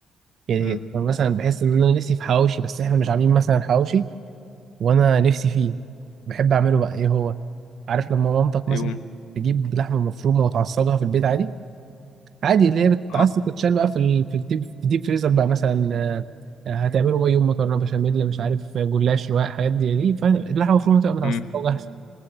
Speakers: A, on the right; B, on the left.
A: يعني
B: امم
A: مثلا بحس ان انا نفسي في حواوشي بس احنا مش عاملين مثلا حواوشي وانا نفسي فيه بحب اعمله بقى ايه هو عارف لما مامتك
B: يوم
A: مثلا تجيب لحمه مفرومه وتعصجها في البيت عادي عادي اللي هي بتتعصج
B: اه
A: وتتشال بقى في ال- في الديب في الديب فريزر بقى مثلا آه، هتعمله بقى يوم مكرونه بشاميل مش عارف جلاش رواق حاجات دي دي فاللحمه المفرومه تبقى متعصجه
B: امم
A: وجاهزه